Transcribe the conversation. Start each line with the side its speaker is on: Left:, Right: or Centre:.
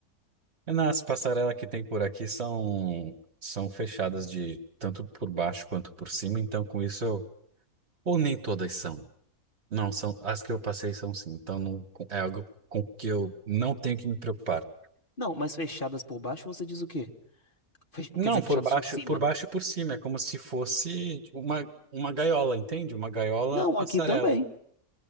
Right: Nas passarelas que tem por aqui são, são fechadas de tanto por baixo quanto por cima, então com isso eu. Ou nem todas são. Não, são. As que eu passei são sim. Então não, é algo com que eu não tenho que me preocupar.
Left: Não, mas fechadas por baixo, você diz o quê? Fech-
Right: Não,
Left: Quer dizer,
Right: por
Left: fechadas
Right: baixo,
Left: por cima.
Right: por baixo e por cima. É como se fosse uma, uma gaiola, entende? Uma gaiola
Left: Não,
Right: passarela.
Left: aqui também.